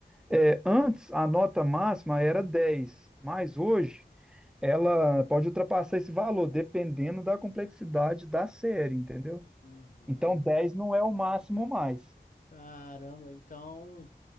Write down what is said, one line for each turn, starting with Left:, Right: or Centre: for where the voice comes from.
Centre: É, antes, a nota máxima era 10, mas hoje ela pode ultrapassar esse valor, dependendo da complexidade da série, entendeu?
Left: uhum.
Centre: Então, 10 não é o máximo mais.
Left: Caramba, então,